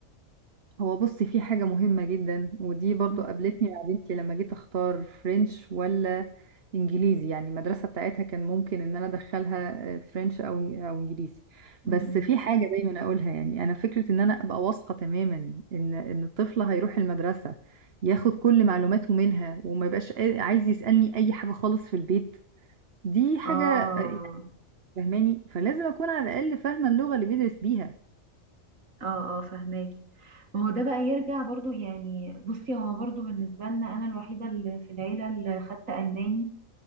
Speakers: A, on the right; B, on the right.
A: هو بصي في حاجة مهمة جدا ودي برضو
B: م-
A: قابلتني مع بنتي لما جيت اختار فرنش ولا انجليزي يعني المدرسة بتاعتها كان ممكن ان انا ادخلها آه، فرنش او او انجليزي
B: م-
A: بس
B: م.
A: في حاجة دايما اقولها يعني انا فكرة ان انا ابقى واثقة تماما ان ان الطفل هيروح المدرسة ياخد كل معلوماته منها وما يبقاش قا- عايز يسألني اي حاجة خالص في البيت دي حاجة
B: اه
A: آه، يعني فهماني فلازم اكون على الاقل فاهمة اللغة اللي بيدرس بيها
B: اه اه فهماكي ما هو ده بقى يرجع برضو يعني بصي هو برضو بالنسبة لنا أنا الوحيدة اللي في العيلة اللي خدت ألماني